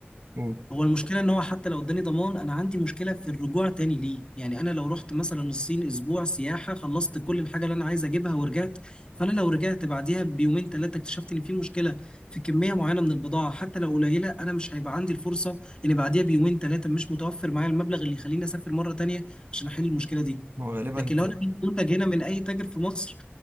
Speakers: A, on the right; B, on the left.
A: قول.
B: هو المشكلة ان هو حتى لو اداني ضمان انا عندي مشكلة في الرجوع تاني ليه يعني انا لو رحت مثلا الصين اسبوع سياحة خلصت كل الحاجة اللي انا عايز اجيبها ورجعت فانا لو رجعت بعديها بيومين ثلاثة اكتشفت ان في مشكلة في كمية معينة من البضاعة حتى لو قليلة انا مش هيبقى عندي الفرصة ان بعديها بيومين ثلاثة مش متوفر معايا المبلغ اللي يخليني اسافر مرة تانية عشان احل المشكلة دي
A: هو غالبا
B: لكن لو
A: في
B: انا جبت منتج هنا من اي تاجر في مصر